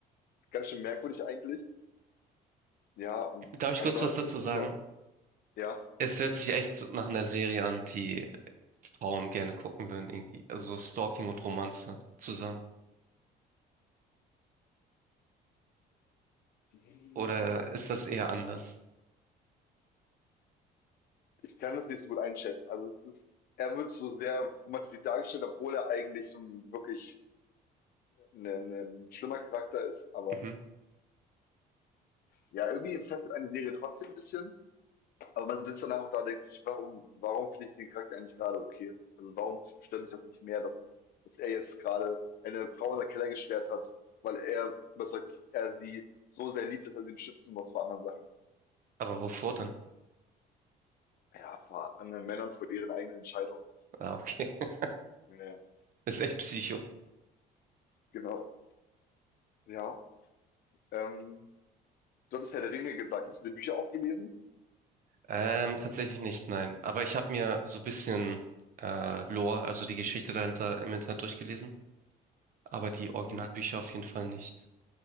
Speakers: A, on the left; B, on the right.
A: ganz schön merkwürdig eigentlich. Ja, und
B: Darf ich
A: ansonsten
B: kurz was dazu
A: gucken
B: sagen?
A: wir ja.
B: Es hört sich echt so nach einer Serie an, die Frauen gerne gucken würden, irgendwie. Also so Stalking und Romanze zusammen.
A: Hm,
B: Oder ist das eher anders?
A: ich kann das nicht so gut einschätzen. Also, es ist er wird so sehr romantisiert dargestellt, obwohl er eigentlich so 'n wirklich 'ne 'ne 'n schlimmer Charakter ist, aber
B: Mhm.
A: Ja, irgendwie fesselt eine Serie trotzdem ein bisschen, aber man sitzt danach auch da und denkt sich, warum, warum finde ich den Charakter eigentlich gerade okay? Also warum stört mich das nicht mehr, dass, dass er jetzt gerade eine Frau in der Keller gesperrt hat, weil er überzeugt ist, dass er sie so sehr liebt, dass er sie beschützen muss vor anderen Sachen.
B: Aber wovor denn?
A: Ja, vor anderen Männern, vor ihren eigenen Entscheidungen.
B: Ah, okay. <laughs>
A: Ja,
B: Ist echt Psycho.
A: genau. Ja. Ähm, du hattest Herr der Ringe gesagt. Hast du die Bücher auch gelesen?
B: Ähm, tatsächlich nicht, nein. Aber ich habe mir
A: Mhm.
B: so ein bisschen äh, Lore, also die Geschichte dahinter im Internet durchgelesen, aber die Originalbücher
A: Mhm.
B: auf jeden Fall nicht.